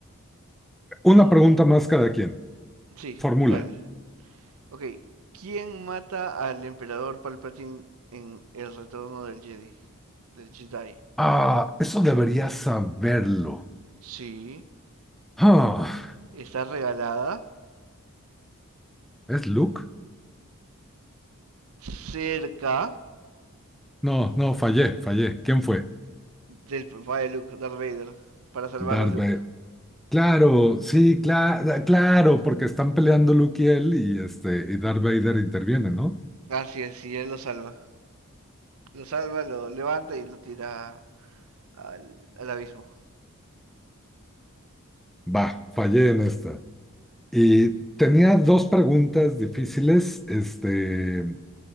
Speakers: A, on the right; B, in the centre.
A: Mm,
B: Una pregunta
A: ya.
B: más cada quien.
A: Sí,
B: Formula.
A: dale. Ok, ¿quién mata al emperador Palpatine en El Retorno del Jedi? Del Jedi.
B: Ah, eso debería saberlo.
A: Sí,
B: Ah,
A: está regalada,
B: ¿es Luke?
A: cerca,
B: No, no, fallé, fallé. ¿Quién fue?
A: del papá de Luke, Darth Vader, para salvar
B: Darth
A: a Luke.
B: Vader. Claro, sí, claro, claro, porque están peleando Luke y él y este y Darth Vader interviene, ¿no?
A: Así es, y él lo salva. Lo salva, lo levanta y lo tira al, al abismo.
B: Va, fallé en esta. Y tenía dos preguntas difíciles, este,